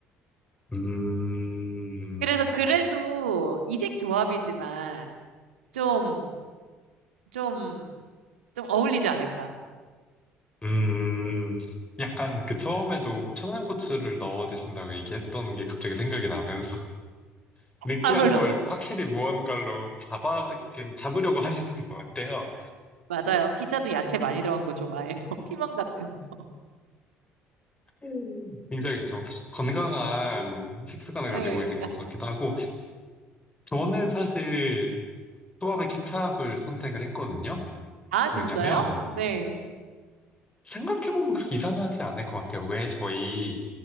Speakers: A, on the left (about 15°); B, on the right (about 75°).
A: 음,
B: 그래서 그래도 이색 조합이지만, 좀, 좀, 좀 어울리지 않을까.
A: 음, 약간 그 처음에도 청양고추를 넣어 드신다고 얘기했던 게 갑자기 생각이 나면서 <laughs> 느끼한
B: 아, 물론,
A: 걸
B: <laughs>
A: 확실히 무언가로 잡아, 계속 잡으려고 하시는 것 같아요.
B: 맞아요. 피자도 야채 많이 들어간 거 좋아해요. <laughs> 피망 같은 거.
A: 음. 굉장히 좀 건강한 식습관을 가지고
B: 예.
A: 계신 것 같기도 하고, 저는 사실 초밥에 케찹을 선택을 했거든요.
B: 아,
A: 왜냐면
B: 진짜요? 네.
A: 생각해보면 그렇게 이상하지 않을 것 같아요. 왜 저희,